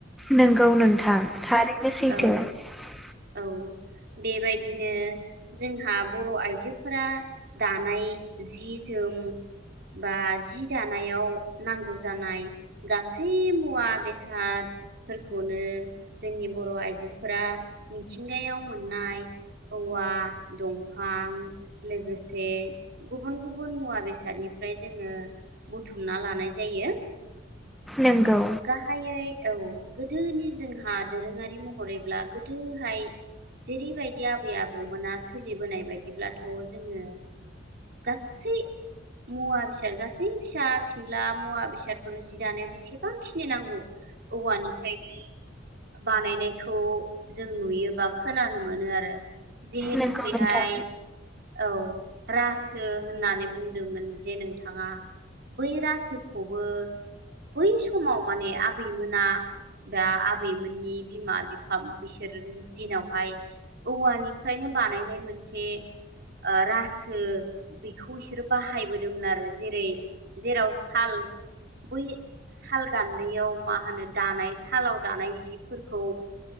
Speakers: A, in the centre; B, on the right.
A: नों गौ नोंथां थारैनो सैथो
B: औ
A: ।
B: औ बे बेबायदिनो जोंहा बर' आइजोफोरा दानाय जि जोम बा जि दानायाव नांगौ जानाय गासै मुवा बेसादफोरखौनो जोंनि बर' आइजोफोरा मिथिंगायाव मोननाय औवा दंफां लोगोसे गुबुन गुबुन मुवा बेसादनिफ्राय जोङो बुथुमना लानाय जायो ।
A: नंगौ
B: गाहायै औ गोदोनि जोंहा दोरोङारि महरैब्ला गोदोहाय जेरैबायदि आबै आबौमोना सोलिबोनाय बायदिब्ला थ' जोङो गासै मुवा बेसाद गासै फिसा फिनला मुवा बेसादफोर जि दानायाव जेसेबांखिनि नांगौ औवानिफ्रायनो बानायनायखौ जों नुयोबा खोनानो मोनो आरो । जिहेथु
A: नंगौ
B: बेहाय
A: नोंथां
B: औ राज सो होननानै बुंदोंमोन जे नोंथाङा बै रासोखौबो बै समाव माने आबैमोना दा आबैमोननि बिमा बिफा बैसोरनि दिनावहाय औवानिफ्रायनो बानायनाय मोनसे ओ रासो बेखौ बिसोरो बाहायबोदोंमोन आरो जेरै जेराव साल बै साल गान्दैयाव मा होनो दानाय सालाव दानाय जि फोरखौ